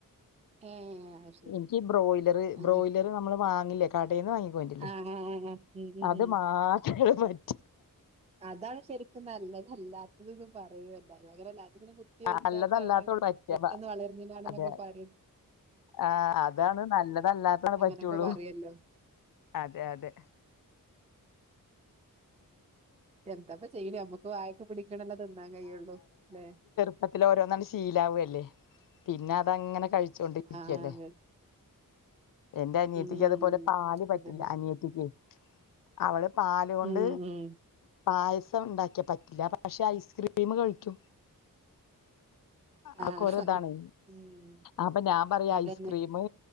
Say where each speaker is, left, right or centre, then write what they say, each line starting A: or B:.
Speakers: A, on the right (about 20°); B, on the left (about 65°).
A: ഏഹ് അത് ശരി
B: ഇനിക്ക് ബ്രോയ്ലറ്
A: അങ്ങനെ
B: ബ്രോയ്ലറ് നമ്മള് വാങ്ങില്ലേ കടേന്ന് വാങ്ങി കൊണ്ട് വരില്ലേ
A: ആഹ് ആഹ് ആഹ് ഉം ഉം
B: അത്
A: ഉം
B: മാത്രേ പറ്റ
A: അതാണ് ശരിക്കും നല്ലതല്ലാത്തത് ന്ന് പറയും എല്ലാരും അങ്ങനെ അല്ല ഇതിനെ കു ത്തിവെച്ചാണ്ടാണ്
B: നല്ലതല്ലാത്തോളൂ പറ്റുക
A: പെട്ടെന്ന്
B: ബ-
A: വളര്ണതാണ്ന്നൊക്കെ
B: അതെ
A: പറയും
B: ആ അതാണ് നല്ലതല്ലാത്തതാണ്
A: അങ്ങനൊക്കെ
B: പറ്റുള്ളൂ
A: പറയല്ലോ
B: അതെ അതെ
A: എന്തപ്പ ചെയ്യണ് നമ്മക്ക് വായക്ക് പിടിക്ക്ണല്ലേ തിന്നാൻ കെയ്യൊള്ളു ലേ
B: ചെറുപ്പത്തില് ഓരോന്നാട് ശീലാവല്ലേ പിന്നെ അതങ്ങനെ കഴിച്ചോണ്ടിരിക്കല്ലേ
A: ആഹ് അതെ
B: എന്റെ അനിയത്തിക്ക്
A: ഉം
B: അതുപോലെ പാല് പറ്റില്ല
A: അതന്നെ
B: അനിയത്തിക്ക് അവള് പാല് കൊണ്ട്
A: ഉം ഉം
B: പായസം ഇണ്ടാക്കിയ പറ്റ റ്റില്ല പക്ഷെ ഐസ്ക്രീം കഴിക്കും അതൊക്ക
A: ആഹ്
B: ഒരോ ഇതാണ്
A: ഉം
B: അപ്പൊ ഞാൻ പറയും
A: അതന്നെ
B: ഐസ്ക്രീമ്